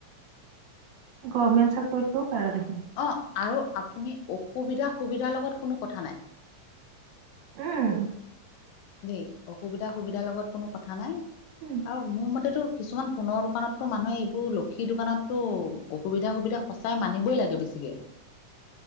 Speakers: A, on the right (about 80°); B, on the left (about 85°).
A: গভমেণ্ট চাকৰিটোৰ কাৰণে।
B: অ আৰু আপুনি অসুবিধা সুবিধাৰ লগত কোনো কথা নাই।
A: উম।
B: দেই অসুবিধা সুবিধাৰ লগত কোনো কথা নাই।
A: উম
B: আৰু মোৰ মতেতো কিছুমান সোণৰ দোকানতো মানুহে এইবোৰ লক্ষী দোকানতো অসুবিধা সুবিধা সচাই মানিবই লাগে বেছি জিকে।